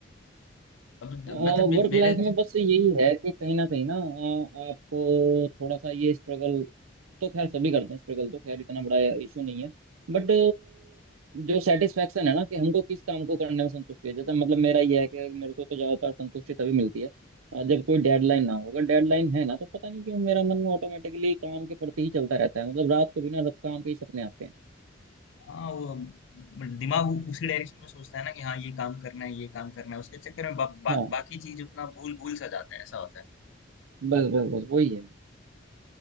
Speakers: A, on the left; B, on the right.
A: अब द
B: वर्क
A: मतलब मे मेरे
B: लाइफ में बस यही है कि कहीं ना कहीं ना अ, आपको थोड़ा सा ये स्ट्रगल तो खैर सभी करते हैं स्ट्रगल तो खैर इतना बड़ा इशू नहीं है बट जो सेटिस्फेक्शन है ना कि हमको किस काम को करने में संतुष्टि है जैसे मतलब मेरा ये है कि मेरे को तो ज्यादातर संतुष्टि तभी मिलती है अ, जब कोई डेडलाइन ना हो अगर डेडलाइन है ना तो पता नहीं क्यों मेरा मन ऑटोमेटिकली काम के प्रति ही चलता रहता है मतलब रात को बिना रख- काम के ही सपने आते हैं
A: हाँ, वो दिमाग उ- उसी डायरेक्शन में सोचता है ना कि हाँ, ये काम करना है, ये काम करना है। उसके चक्कर में ब बा
B: हाँ
A: बाकी चीज़ अपना भूल-भूल सा जाता है, ऐसा होता है।
B: बस बस बस वही है